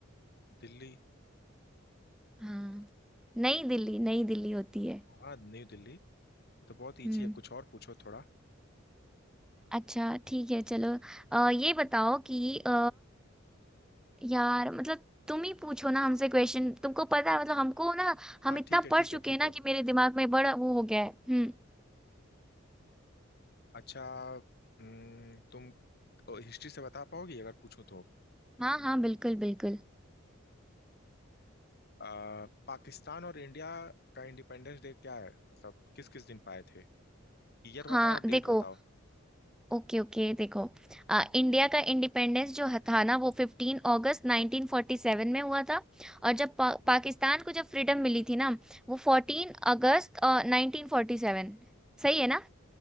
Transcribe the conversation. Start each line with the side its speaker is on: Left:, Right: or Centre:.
Left: दिल्ली
Centre: हाँ नई दिल्ली नई दिल्ली होती है
Left: हाँ न्यू दिल्ली ये तो बहुत ईजी
Centre: हम्म
Left: है कुछ और पूछो थोड़ा
Centre: अच्छा ठीक है चलो अ, ये बताओ कि अ, यार मतलब तुम ही पूछो ना हमसे क्वेश्चन तुमको पता है मतलब हमको ना हम
Left: हाँ
Centre: इतना
Left: ठीक है
Centre: पढ़
Left: ठीक
Centre: चुके
Left: है ठीक
Centre: हैं ना
Left: है
Centre: कि
Left: पूछ
Centre: मेरे
Left: रहा
Centre: दिमाग
Left: हूँ
Centre: में बड़ा वो हो गया है हम्म
Left: अच्छा हम्म, तुम हिस्ट्री से बता पाओगी अगर पूछूं तो
Centre: हाँ हाँ बिल्कुल बिल्कुल
Left: आ, पाकिस्तान और इंडिया का इंडिपेंडेंस डे क्या है मतलब किस किस दिन पाए थे ईयर बताओ
Centre: हाँ
Left: और डेट
Centre: देखो
Left: बताओ
Centre: ओके ओके देखो आ, इंडिया का इंडिपेंडेंस जो ह- था ना वो 15 अगस्त 1947 में हुआ था और जब पा,
Left: हम्म।
Centre: पाकिस्तान को जब फ्रीडम मिली थी ना वो 14 अगस्त आ, 1947 सही है ना